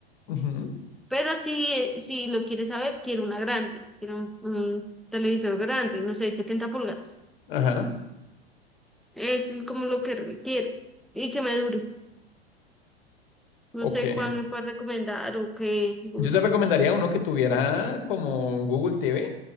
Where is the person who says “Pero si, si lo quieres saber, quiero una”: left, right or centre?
Centre